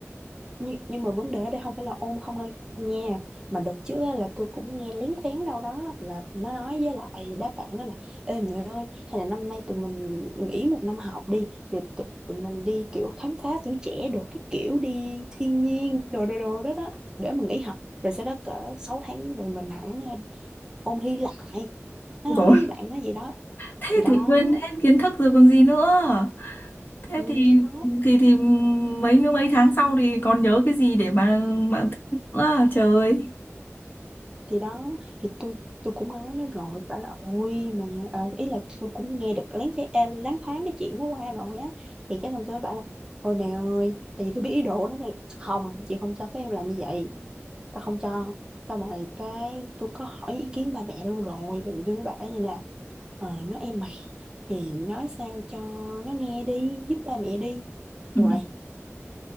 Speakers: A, on the right (about 15°); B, on the left (about 45°).
A: nhưng, nhưng mà vấn đề ở đây không phải là ôn không đâu nha mà đợt trước á, là tôi cũng nghe lén phén đâu đó là nó nói với lại đáp bạn đó là ê mẹ ơi hay là năm nay tụi mình nghỉ một năm học đi rồi tụi tụi mình đi kiểu khám phá tuổi trẻ đồ cái kiểu đi thiên nhiên đồ đồ đồ đó đó để mình nghỉ học rồi sau đó cỡ 6 tháng rồi mình hẳn ờ, ôn thi lại nó
B: Ôi
A: nói với bạn nó vậy đó
B: thế
A: thì đó
B: thì quên hết kiến thức rồi còn gì nữa thế
A: ừ
B: thì
A: thì đó
B: thì thì mấy nữa mấy tháng sau thì còn nhớ cái gì để mà mà thi nữa à? trời ơi
A: thì đó thì tôi tôi cũng nói nó rồi bảo là ôi mà à, ý là tôi cũng nghe được lén phé à, lén thoáng cái chuyện nó qua rồi á thì cái xong tôi mới bảo là ôi mẹ ơi tại vì tôi biết ý đồ nó thì không chị không cho phép em làm như vậy ta không cho xong rồi cái tôi có hỏi ý kiến ba mẹ luôn rồi ba mẹ tôi mới bảo như là ờ nó em mày thì nói sao cho nó nghe đi giúp ba mẹ đi
B: Ừ.
A: rồi